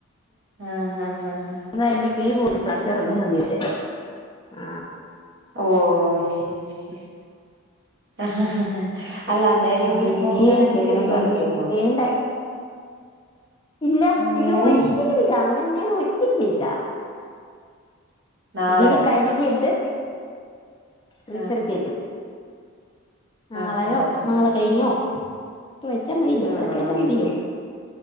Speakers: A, on the right; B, on the left.
A: ആഹ് ആഹ് ആഹ്
B: വ <unintelligible> പോയി പ്രാർത്ഥിച്ച നന്നു <unintelligible>
A: ഓഹ് ശരി ശരി <unintelligible> അല്ല അന്നേരം
B: ഞാനാണെ
A: ഇനി
B: ഇത്
A: എപ്പ വെക്കാനാ
B: മേടിക്കല്ലെന്ന്
A: ചിക്കൻ ഇപ്പ
B: പറഞ്ഞ്
A: വെക്കാൻ
B: എനിക്ക്
A: പോണോ
B: വേണ്ട ഇല്ല
A: ഉം
B: ഇയ്യോ ഒരിക്കലും ഇല്ല അങ്ങന ഞാൻ ഒരിക്കലും ചെയ്യില്ല
A: നാളെയോ
B: ഇതിന് കഴുകിയിട്ട് ഫ്രീസർ
A: ആഹ്
B: കയറ്റും നാളെയോ
A: ആഹ് ആഹ്
B: നാളെ
A: ആഹ്
B: കഴിഞ്ഞോ ക്കെ വെച്ചാ മയീലോ
A: ആഹ്
B: പതുക്കെ വെച്ചാ മതിലോ